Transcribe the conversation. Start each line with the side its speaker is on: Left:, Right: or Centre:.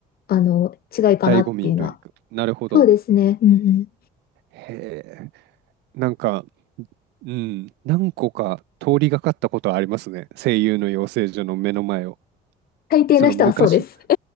Left: あ、あの、違いかなっていうのは。
Right: 醍醐味というか。なるほど。
Left: そうですね。うんうん。
Right: へえ。なんか、うん。何個か通りがかったことはありますね。声優の養成所の目の前を。
Left: 大抵の人はそうです。
Right: その昔、
Left: <laughs>